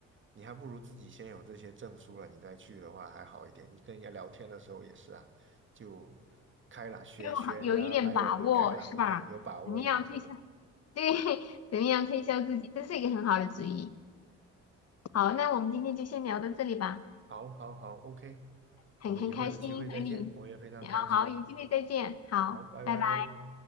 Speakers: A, on the right (about 40°); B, on the left (about 55°).
A: 你还不如自己先有这些证书了，你再去的话还好一点。你跟人家聊天的时候也是啊，就开朗，学学人家白人啊，
B: 就好有一点把握是吧？
A: 开朗一点，有把握一点这种。
B: 怎么样推销？对，<laughs> 怎么样推销自己？这是一个很好的主意。好，那我们今天就先聊到这里吧，
A: 好，好，好，OK，
B: 很很开心和你，
A: 我们以后有机会再见，我也非常开心。
B: 啊，好，有机会再见，好，
A: 好，拜拜。
B: 拜拜。